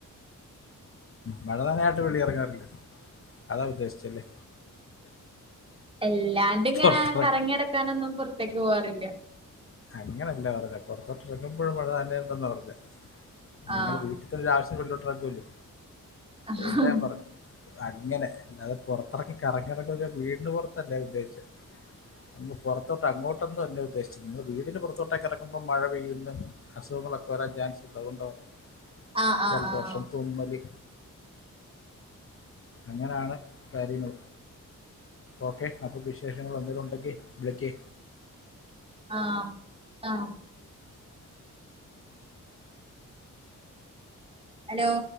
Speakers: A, on the left; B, on the right.
A: മഴ നനയാനാട്ട് വെളിയിൽ ഇറങ്ങാറില്ല. അതാ ഉദ്ദേശിച്ചല്ലേ
B: എല്ലാണ്ട്ങ്ങനെ
A: പുറത്തിറങ്ങി
B: കറങ്ങി നടക്കാനൊന്നും പുറത് ത്തേക്ക് പോവാറില്ല.
A: അങ്ങനല്ല പറഞ്ഞേ, പുറത്തോട്ട് ഇറങ്ങുമ്പോഴും മഴ നനയേണ്ടന്നാ പറഞ്ഞേ. നിങ്ങള്
B: ആഹ്
A: വീട്ടിൽത്തൊരു ആവശ്യത് വെളിലോട്ട് ഇറങ്ങുമല്ലോ
B: ആഹ
A: അതുകൊണ്ട് ഞാൻ പറഞ്ഞു അങ്ങനെ, അല്ലാതെ പുറത്തിറങ്ങി കറങ്ങി നടക്കും വെച്ചാ വീടിന് പുറത്തല്ല ഞാൻ ഉദ്ദേശിച്ചെ. അങ്ങ് പുറത്തോട്ട് അങ്ങോട്ട് ട്ടന്നുമല്ല ഉദ്ദേശിച്ചത്. നിങ്ങളെ വീടിന് പുറത്തോട്ടേക്ക് ഇറങ്ങുക്കുമ്പോ, മഴ പെയ്യുന്ന അസുഖങ്ങളൊക്കെ വരാൻ ചാൻസ് ഉണ്ട് അതുകൊണ്ട് പറഞ്ഞെ.
B: ആഹ് ആഹ്
A: ജലദോഷം
B: ആഹ്
A: തുമ്മല് അങ്ങനെയാണ് കാര്യങ്ങൾ, ഓക്കേ അപ്പൊ വിശേഷങ്ങൾ എന്തേങ്കിലും ഉണ്ടെങ്കിൽ വിളിക്ക്.
B: ആഹ് ആഹ് ആഹ് ഹലോ